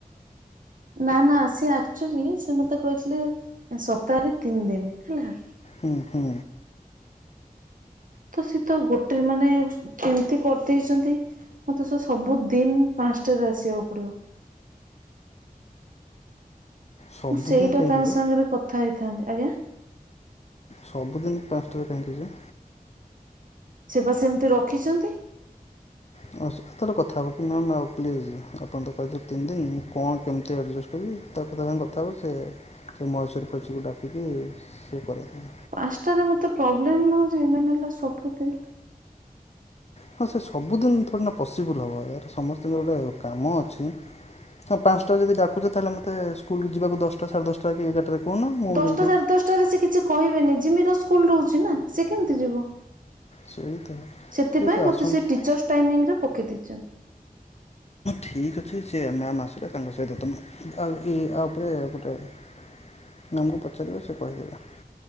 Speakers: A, on the right (about 60°); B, on the left (about 45°).
A: ନା ନା ସେ ଆକ୍ଚୁଆଲି ସେ ମତେ କହିଥିଲେ ସପ୍ତାହରେ ତିନି ଦିନ, ହେଲା।
B: ହୁଁ- ହୁଁ,।
A: ତ ସେ ତ ଗୋଟେ ମାନେ ଏମିତି କରିଦେଇଛନ୍ତି ମତେ ସେ ସବୁ ଦିନ ପାଞ୍ଚଟାରେ ଆସିବାକୁ ପଡିବ।
B: ସବୁଦିନ
A: ମୁଁ ସେଇଟା
B: କାହିଁକି
A: ତାଙ୍କ
B: ଯେ
A: ସାଙ୍ଗରେ କଥା ହେଇଥାନ୍ତି, ଆଜ୍ଞା।
B: ସବୁଦିନ ପାଞ୍ଚଟାରେ କାହିଁକି ଯେ?
A: ସେ ପା ସେମିତି ରଖିଛନ୍ତି।
B: ହଁ ସତରେ କଥା ହେବ କି ମ୍ୟାମ୍ ଆଉ ପ୍ଲିଜ୍ ଆପଣ ତ କହିଥିଲେ ତିନି ଦିନ ମୁଁ କଣ କେମିତି ଆଡ଼ଜଷ୍ଟ୍ କରିବି ତାପରେ ତାଙ୍କ ସାଙ୍ଗେ କଥା ହେବ ସେ ମହେଶ୍ୱରୀଫହେଶ୍ବରୀକୁ ଡାକିକି ସେ କରେଇଦେବେ।
A: ପାଞ୍ଚଟାରେ ମୋତେ ପ୍ରୋବ୍ଲେମ୍ ନୁହଁ ଯେ ମେନ୍ ହେଲା ସବୁଦିନ।
B: ହଁ ସେ ସବୁଦିନ ଥୋଡି ନା ପସିବୁଲ୍ ହେବ ୟାର୍ ସମସ୍ତଙ୍କର ଗୋଟେ କାମ ଅଛି ହଁ ପାଞ୍ଚଟା ଯଦି ଡାକୁଛ ତାହେଲେ ମୋତେ ସ୍କୁଲକୁ ଯିବାକୁ ଦଶଟା ସାଢ଼େ ଦଶଟା କି ଏଗାରଟାରେ କହୁନ ମୁଁ
A: ଦଶଟା
B: ଯେମିତି
A: ସାଢେ ଦଶଟାରେ ସେ କିଛି କହିବେନି ଜିମିର ସ୍କୁ ସ୍କୁଲ ରହୁଛି ନା। ସେ କେମିତି ଯିବ,
B: ସେଇ ତ
A: ସେଥିପାଇଁ
B: ଠିକ୍ ଅଛି ଆସନ୍ତୁ
A: ମତେ ସେ ଟିଚର୍ସ ଟାଇମିଙ୍ଗରେ ପକେଇ ଦେଇଛନ୍ତି।
B: ଠିକ୍ ଅଛି ସେ ମ୍ୟାମ୍ ଆସିଲେ ତାଙ୍କ ସହିତ ତମେ <inaudible> ୟା ୟାପରେ ଗୋଟେ ମ୍ୟାମକୁ ପଚାରିବ ସେ କହିଦେବେ।